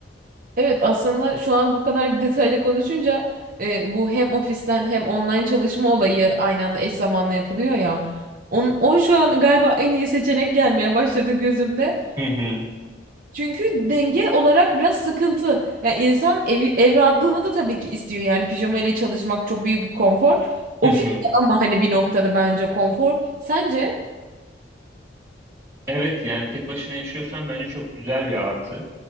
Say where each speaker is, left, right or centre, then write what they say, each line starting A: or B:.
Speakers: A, on the right; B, on the right.
A: Evet aslında şu an bu kadar <laughs> detaylı konuşunca e, bu hem ofisten hem online çalışma olayı aynı anda eş zamanlı yapılıyor ya. On, o şu an galiba en iyi seçenek gelmeye başladı gözümde.
B: Hı hı
A: Çünkü denge olarak biraz sıkıntı. Yani insan evi, ev rahatlığını da tabii ki istiyor. Yani pijama ile çalışmak çok büyük bir konfor. Ofis
B: hı hı.
A: de ama hani bir noktada bence konfor. Sence?
B: Evet yani tek başına yaşıyorsan bence çok güzel bir artı.